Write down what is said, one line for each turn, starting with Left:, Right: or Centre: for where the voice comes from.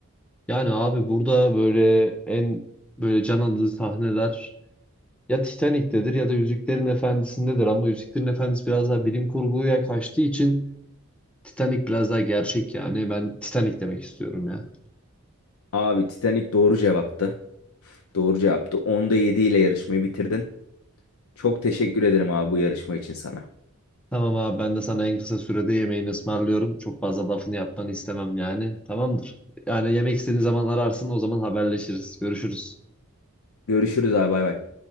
Centre: Yani abi burada böyle en böyle can alıcı sahneler ya Titanic'tedir ya da Yüzüklerin Efendisi'ndedir ama Yüzüklerin Efendisi biraz daha bilim kurguya kaçtığı için Titanic biraz daha gerçek yani. Ben Titanic demek istiyorum ya.
Left: Abi Titanic doğru cevaptı. Doğru cevaptı. Onda 7 ile yarışmayı bitirdin. Çok teşekkür ederim abi bu yarışma için sana.
Centre: Tamam abi ben de sana en kısa sürede yemeğini ısmarlıyorum. Çok fazla lafını yapmanı istemem yani. Tamamdır. Yani yemek istediğin zaman ararsın o zaman haberleşiriz. Görüşürüz.
Left: Görüşürüz abi bay bay.